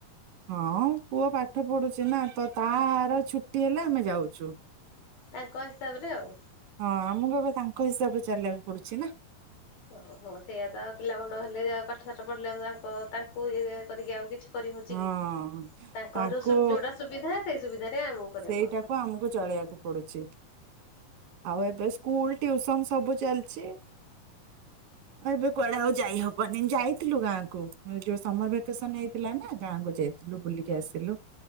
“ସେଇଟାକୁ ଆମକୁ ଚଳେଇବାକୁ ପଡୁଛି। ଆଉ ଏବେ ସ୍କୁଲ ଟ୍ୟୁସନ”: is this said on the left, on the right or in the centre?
Right